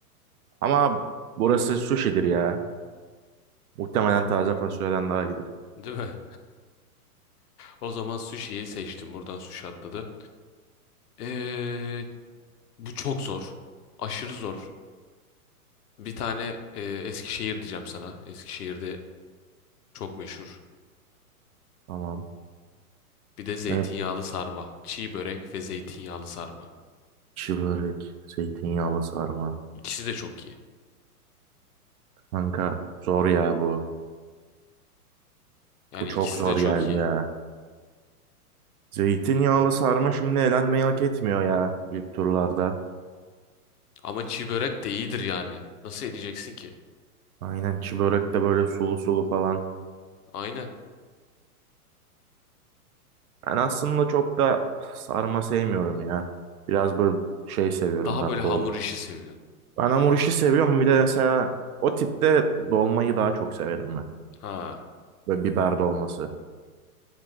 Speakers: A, on the right (about 70°); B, on the left (about 75°).
A: Ama burası sushi'dir ya. Muhtemelen taze fasulyeden daha iyidir.
B: Değil mi? O zaman sushi'yi seçtim. Buradan sushi atladı. Ee, bu çok zor. Aşırı zor. Bir tane e, Eskişehir diyeceğim sana. Eskişehir'de çok meşhur.
A: Tamam.
B: Bir de zeytinyağlı
A: Ne?
B: sarma. Çiğ börek ve zeytinyağlı sarma.
A: Çiğ börek, zeytinyağlı sarma.
B: İkisi de çok iyi.
A: Kanka zor ya bu.
B: Yani
A: Bu çok
B: ikisi
A: zor
B: de çok
A: geldi
B: iyi.
A: ya. Zeytinyağlı sarma şimdi elenmeyi hak etmiyor ya ilk turlarda.
B: Ama çiğ börek de iyidir yani. Nasıl edeceksin ki?
A: Aynen çi börek de böyle sulu sulu falan.
B: Aynen.
A: Ben aslında çok da sarma sevmiyorum ya. Biraz böyle şey seviyorum
B: Daha
A: ben
B: böyle hamur
A: dol.
B: işi seviyorsun.
A: Ben hamur işi seviyorum bir de mesela o tipte dolmayı daha çok severim ben.
B: Ha.
A: Böyle biber dolması.